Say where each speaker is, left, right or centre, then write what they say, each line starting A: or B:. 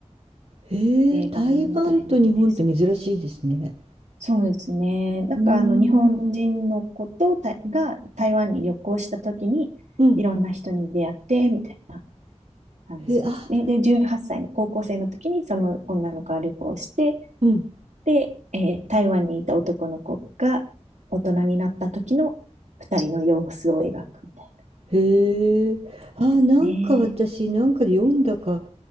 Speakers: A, on the right; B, on the right.
A: へえ、
B: 映画みたいなんですけど。
A: 台湾と日本って珍しいですね。
B: そうですね。なんか、
A: うーん。
B: あの、日本人の子とたが台湾に旅行した時に、
A: うん。
B: いろんな人に出会って、みたいな。話ですね。
A: へ、あ、
B: で、18歳の高校生の時にその女の子は旅行して、
A: うん。
B: で、えー台湾にいた男の子が大人になった時の二人の様子を描くみたい
A: へえ。あ、
B: なですね。
A: なんか私、なんかで読んだか、